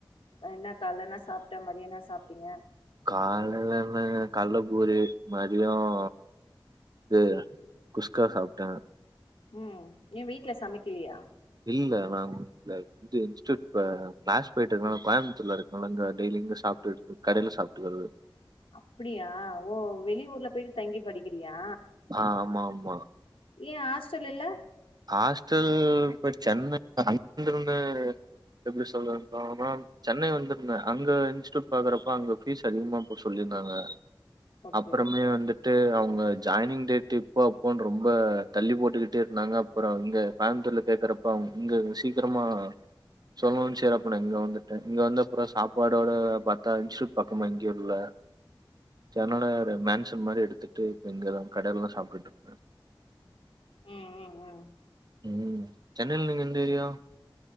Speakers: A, on the left; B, on the right.
A: என்னப் காலை என்னா சாப்பிட்ட மத்தியம் என்ன சாப்பிட்டீங்க
B: காலைல என்னங்க கல்ல பூரி மதியம் இது குஸ்கா சாப்டேன்
A: உம் ஏன் வீட்ல சமைக்கலையா
B: இல்ல நான் இது இன்ஸூட் கிளாஸ் போயிட்டு இருக்கனால கோயம்புத்தூர்ல இருக்கனால இங்க டெய்லி இங்க சாப்பிட்டு இருக்கு கடையில சாப்ட்டுகரது
A: அப்படியா ஓ வெளி ஊர்ல போயிட்டு தங்கி படிக்கிறியா
B: ஆ ஆமா ஆமா
A: ஏன் ஹாஸ்டல் இல்ல
B: ஹாஸ்டல் இப்ப சென்ன அங்கிருந்து எப்டி சொல்றது <unintelligible> சென்னை வந்துருந்த அங்க இன்ஸ்ட்யூட் பாக்குறப்ப அங்க பீஸ் அதிகமா இப்ப சொல்லியிருந்தாங்க
A: ஓகே
B: அப்பறமே வந்துட்டு அவங்க ஜாயினிங் டேட் இப்போ அப்போன்னு ரொம்ப தள்ளி போட்டுக்கிட்டே இருந்தாங்க அப்பறம் இங்க கோயம்த்தூர்ல கேட்கறப்ப அவங்க இங்க சீக்கிரமா சொல்லணும் செறப்ப நான் இங்க வந்துட்டேன் இங்க வந்தப்பறம் சாப்பாடோட பார்த்தா இன்ஸ்டூட் பக்கமா எங்கேயும் இல்ல சேர் அதுனால ஒரு மேன்சன் மாரி எடுத்துட்டு இப்போ இங்கதான் கடையில்ல தான் சாப்ட்டுட்டு இருப்பேன்
A: உம் உம் உம்
B: உம் சென்னையில நீங்க எந்த ஏரியா